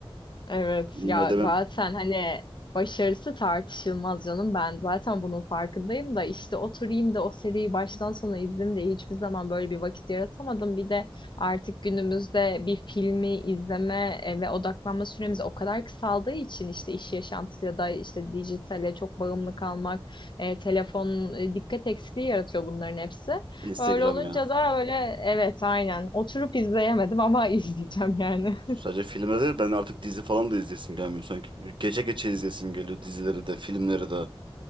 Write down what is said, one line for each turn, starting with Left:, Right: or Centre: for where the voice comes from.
Left: Evet
Right: IMDb,
Left: ya zaten hani başarısı tartışılmaz canım ben zaten bunun farkındayım da işte oturayım da o seriyi baştan sona izleyeyim de hiçbir zaman böyle bir vakit yaratamadım. Bir de artık günümüzde bir filmi izleme e, ve odaklanma süremiz o kadar kısaldığı için işte iş yaşantısı ya da işte dijitale çok bağımlı kalmak, e, telefon e, dikkat eksikliği yaratıyor bunların hepsi.
Right: Instagram
Left: Öyle olunca
Right: ya.
Left: da öyle evet aynen oturup izleyemedim ama <laughs> izleyeceğim yani.
Right: Sadece filmde değil ben artık dizi falan da izlesim gelmiyor sanki. Gece gece izlesim geliyor dizileri de filmleri de.